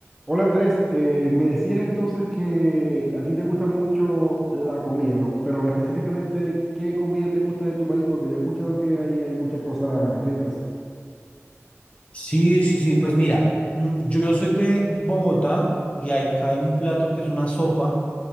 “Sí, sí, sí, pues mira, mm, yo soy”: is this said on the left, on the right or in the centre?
Left